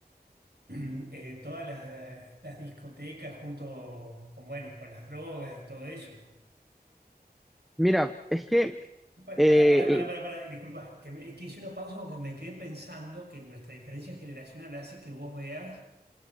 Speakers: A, on the right; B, in the centre.
A: <clears throat> eh, todas las, las discotecas junto con, bueno, con las drogas y todo eso.
B: Mira, es que
A: Pará,
B: eh,
A: pará, pará, pará, pará, pará, disculpa, que, me- que hice una pausa porque me quedé pensando que nuestra diferencia generacional hace que vos veas